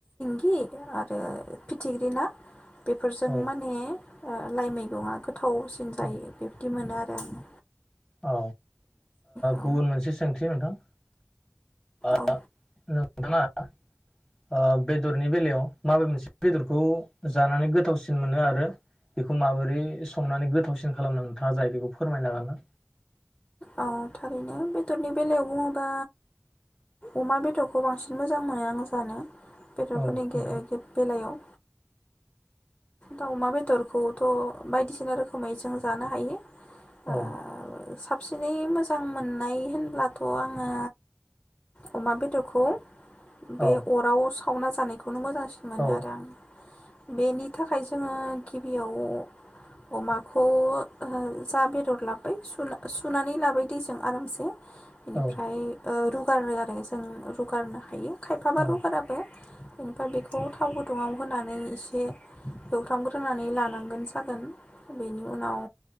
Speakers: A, on the left; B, in the centre.
A: <unintelligible> आरो फिथिग्रि ना बेफोरजों
B: औ
A: माने लाइ मैगंआ गो गोथावसिन जायो
B: औ
A: बेबदि मोनो आरो आङो
B: औ
A: औ
B: गुबुन मोनसे सोंथि नोंथां आ
A: औ
B: नों नोंथाङा बेदरनि बेलायाव माबे मोनसे बेदरखौ जानानै गोथावसिन मोनो आरो बेखौ माबोरै संनानै गोथावसिन खालामनो नोंथाङा जायो बेखौ फोरमायनो हागोनना?
A: अ थारैनो बेदरनि बेलायाव बुङोबा अमा बेदरखौ बांसिन मोजां मोनो आं जानो बेदरफोरनि
B: औ
A: <unintelligible>
B: नोंथां
A: बेलायाव दाउमा बेदरखौथ' बायदिसिना रोखोमै जों जानो हायो।
B: औ
A: ओ साबसिनै मोजां मोननाय होनब्लाथ' आङो अमा बेदरखौ बे
B: औ
A: अराव सावना जानायखौ खौनो मोजांसिन मोनो
B: औ
A: आरो आं बेनि थाखाय जोङो गिबियाव अमाखौ <unintelligible> बेदर लाबबाय सुना सुनानै लाबाय दै जों आरामसे बेनिफ्राय
B: औ
A: ओ रू गारो आरो ए जों रुगारनो हायो खायफाबा
B: औ
A: रुगाराबो ओमफाय बेखौ थाव गुदुङाव होनानै इसे एवफ्रामग्रोनानै ला नांगोन सागोन बेनि उनाव